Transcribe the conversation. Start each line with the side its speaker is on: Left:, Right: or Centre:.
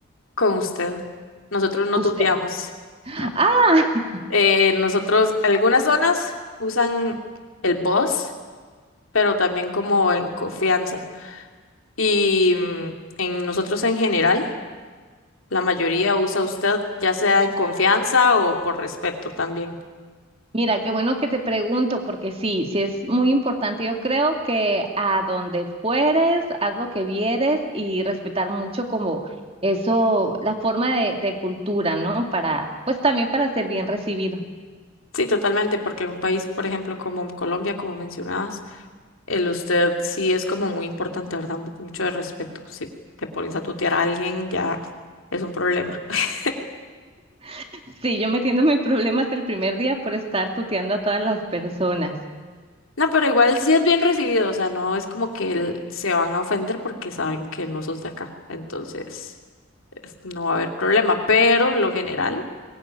Left: Con usted. Nosotros no
Right: Usted.
Left: tuteamos,
Right: Ah,
Left: ¿no?
Right: <laughs>
Left: Eh, nosotros, algunas zonas usan el vos, pero también como en confianza. Y mm, en nosotros en general. La mayoría usa usted, ya sea en confianza o por respeto también.
Right: Mira, qué bueno que te pregunto, porque sí, sí es muy importante. Yo creo que a donde fueres, haz lo que vieres y respetar mucho como eso, la forma de, de cultura, ¿no? Para, pues también para ser bien recibido.
Left: Sí, totalmente, porque en un país, por ejemplo, como Colombia, como mencionabas, el usted sí es como muy importante, ¿verdad? Mu- Mucho de respeto. Si te pones a tutear a alguien, ya es un problema. <laughs>
Right: <laughs> Sí, yo metiéndome en problemas el primer día por estar tuteando a todas las personas.
Left: No, pero igual sí es bien recibido, o sea, no es como que el- se van a ofender porque saben que no sos de acá, entonces es- no va a haber problema, pero lo general.